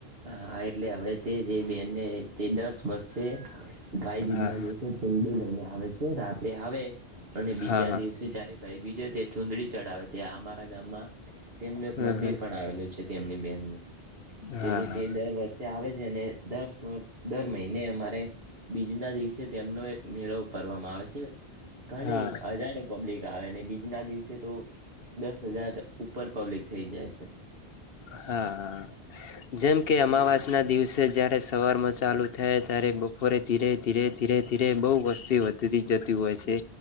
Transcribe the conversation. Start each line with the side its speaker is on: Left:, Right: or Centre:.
Right: હા, હા, એટલે હવે તે જે બેનને. તે દસ વર્ષે ભાઈ બીજ
Left: હા
Right: ના દિવસે ચુંડી લઈને આવે છે, રાતે આવે, અને બીજા
Left: હા
Right: દિવસે જયારે ભાઈ બીજો ચુંદંદડી ચઢાવ છે. ત્યાં અમારા ગામમાં, તેમનું એક
Left: હમ
Right: મંદિર
Left: હમ
Right: પણ આવેલું. છે તેમની બેહેનનું તેથી
Left: હા
Right: તે દર વર્ષે આવે છે, અને દર વર્ષ દર મહિને અમારે બીજ ના દિવસે, તેમનો એક મેળો ભરવામાં આવે છે. ઘણી
Left: હા
Right: હજારો પબ્લિક આવે, અને બીજના દિવસે તો દસ હજાર ઉપર પબ્લિક થઈ જાય છે.
Left: હા. જેમ કે અમાવાસના દિવસે, જ્યારે સવારમાં ચાલુ થાય, ત્યારે બપોરે ધીરે ધીરે, ધીરે ધીરે, બહુ વસ્તી વધતી જતી હોય છે.